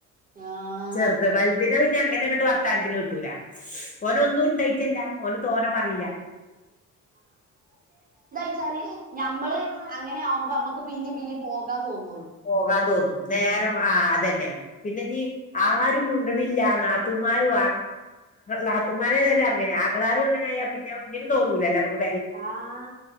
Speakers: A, on the right; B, on the left.
A: ആഹ
B: ചെറുത് വലുതിനെ പിന്നെ അങ്ങനെ അങ്ങട്ട് വർത്താനത്തിന് കിട്ടൂല <unintelligible> ഓൻ ഒന്നും ഉണ്ടായിട്ടെല്ല ഓന് തോനെ പറയില
A: ച്ചാല് ഞമ്മള് അങ്ങനെ ആകുമ്പോ നമ്മക്ക് പിന്നിം പിന്നിം പോകാൻ തോന്നും.
B: പോകാൻ തോന്നും നേരം ആ അതന്നെ പിന്നെ നീ
A: ഞ
B: ആരും മുണ്ട്ണില്ല എന്ന നാത്തുമ്മാരും നാത്തുമ്മാരന്നെ അങ്ങനെ ആങ്ങളാരും അങ്ങനെ ആയാ പിന്നെ ഒന്നിനും തോന്നൂലല്ലോ നമ്മക്ക്
A: ആഹ